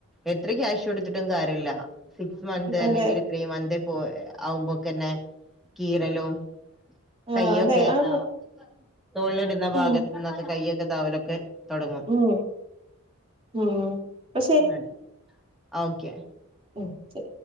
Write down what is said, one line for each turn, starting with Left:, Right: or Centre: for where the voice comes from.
Centre: എത്ര ക്യാഷ് കൊടുത്തിട്ടും കാര്യില്ല സിക്സ് മന്ത് അല്ലെങ്കിൽ
Right: അതെ
Centre: ത്രീ മൻഥ് പോ ആവുമ്പോക്കന്നെ കീരലും
Right: ആഹ്
Centre: കയ്യൊക്കെ
Right: അതെ ആന്ന്
Centre: ആഹ് തോഴിലിടുന്ന ഭാഗത്ത
Right: ആഹ്
Centre: നിന്നൊക്കെ കയ്യൊക്കെ താവലൊക്കെ തുടങ്ങും
Right: ഉം ഉം അപ്പൊ
Centre: <unintelligible> ഓക്കെ
Right: ഉം ശരി